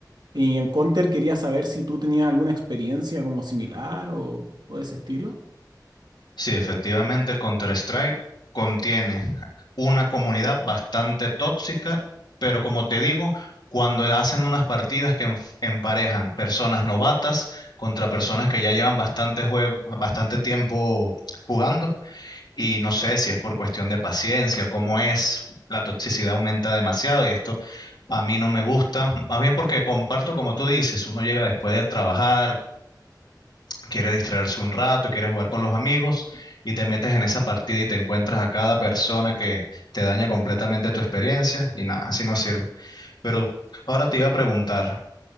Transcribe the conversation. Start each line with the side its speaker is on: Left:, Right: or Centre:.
Right: y en Counter quería saber si tú tenías alguna experiencia como similar o, o de ese estilo.
Left: Sí, efectivamente, Counter-Strike contiene una comunidad bastante tóxica, pero como te digo, cuando hacen unas partidas que enf- emparejan personas novatas contra personas que ya llevan bastante juego, bastante tiempo jugando, y no sé si es por cuestión de paciencia, cómo es, la toxicidad aumenta demasiado y esto a mí no me gusta, más bien porque comparto como tú dices, uno llega después de trabajar, quiere distraerse un rato, quiere jugar con los amigos y te metes en esa partida y te encuentras a cada persona que te daña completamente tu experiencia y nada, así no sirve. Pero ahora te iba a preguntar,